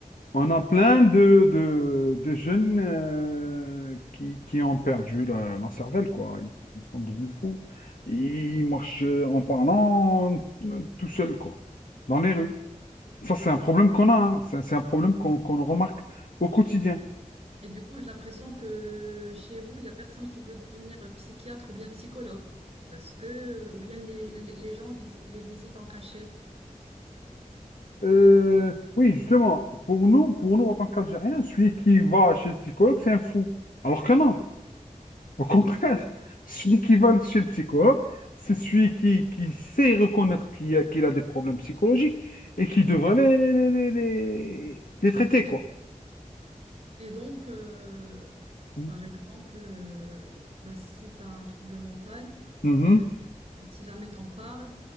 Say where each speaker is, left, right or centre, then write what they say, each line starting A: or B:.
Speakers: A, on the left; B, on the right.
A: On a plein de, de, de jeunes euh, qui, qui ont perdu la, la cervelle, quoi. Ils, ils sont devenus fous. Ils marchent en parlant euh, tout seuls, quoi, dans les rues. Ça, c'est un problème qu'on a, hein. C'est c'est un problème qu'on qu'on remarque au quotidien.
B: Et du coup, j'ai l'impression que chez vous, il n'y a personne qui veut devenir psychiatre ou bien psychologue. Parce que, ou bien les, les les gens vis- les visitent en cachette.
A: Euh, oui, justement, pour nous, pour nous, en tant qu'Algériens, celui qui va chez le psychologue, c'est un fou. Alors que non. Au contraire, celui qui va chez le psychologue, c'est celui qui, qui sait reconnaître qu'il a, qu'il a des problèmes psychologiques et qui devrait les, les, les, les, les- les traiter, quoi.
B: Et donc, euh,
A: Mm.
B: par exemple, euh, bah, si tu as un trouble mental,
A: Mhm.
B: euh, si jamais t'en parles,